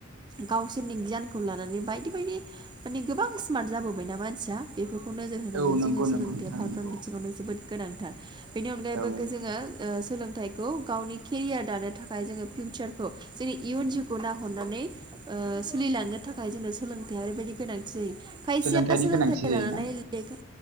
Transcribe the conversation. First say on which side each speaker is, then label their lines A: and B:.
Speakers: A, on the right; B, on the right.
A: गावसोरनि गियानखौ लानानै बायदि बायदि माने गोबां स्मार्ट जाबोबायना मानसिया बे बेफोरखौ नोजोर होनानै
B: औ नंगौ
A: जोङो सोलोंथायाइया
B: नंगौ नोंथां
A: फारफ्रोम
B: नंगौ
A: बिथिङावनो जोबोद गोनांथार बेनि अनगायैबो
B: औ
A: जोङो।
B: औ
A: ओ सोलोंथाइखौ गावनि केरियार दानो थाखाय जोङो फिउचारखौ जोंनि इयुन जिउखौ नाहरनानै। ओ सोलिलांनो थाखाय जोंनो सोलोंथाइया ओरैबायदि गोनांथि जायो। खायसेया
B: सोलोंथाइनि
A: सोलोंथाइ
B: गोनांथि जायोना
A: लानानै लेखा